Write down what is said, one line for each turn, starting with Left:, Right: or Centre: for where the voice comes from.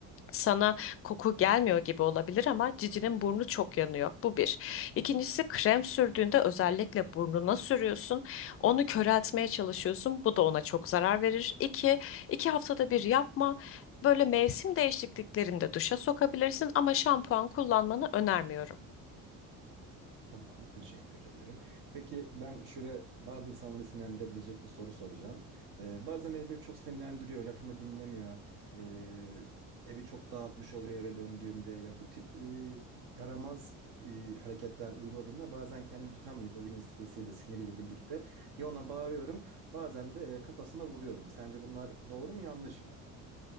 Left: sana koku gelmiyor gibi olabilir ama cicinin burnu çok yanıyor. Bu bir. İkincisi krem sürdüğünde özellikle burnuna sürüyorsun. Onu köreltmeye çalışıyorsun. Bu da ona çok zarar verir. İki, iki haftada bir yapma. Böyle mevsim değişikliklerinde duşa sokabilirsin ama şampuan kullanmanı önermiyorum.
Right: Tamam, teşekkür ederim. Peki ben şöyle bazı insanları sinirlendirebilecek bir soru soracağım. Ee, bazen beni böyle çok sinirlendiriyor, lafımı dinlemiyor. Ee, evi çok dağıtmış oluyor eve döndüğümde. Ya bu tip e, yaramaz e, hareketler uyguladığında bazen kendimi tutamayıp o günün stresiyle, siniriyle birlikte ya ona bağırıyorum, bazen de e, kafasına vuruyorum. Sence bunlar doğru mu, yanlış mı?